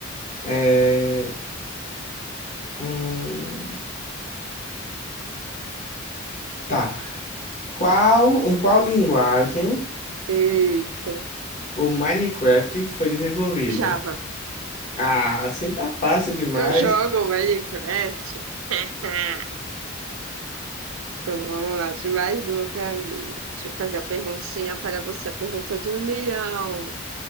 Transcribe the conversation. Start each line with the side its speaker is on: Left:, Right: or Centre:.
Left: É... hum, Tá. Qual, em qual linguagem
Right: Eita.
Left: o Minecraft foi desenvolvido?
Right: Java.
Left: Ah, assim tá fácil demais.
Right: Eu jogo Minecraft. <laughs> Então, vamos lá, de mais uma para mim. Deixa eu fazer a perguntinha para você, a pergunta de um milhão.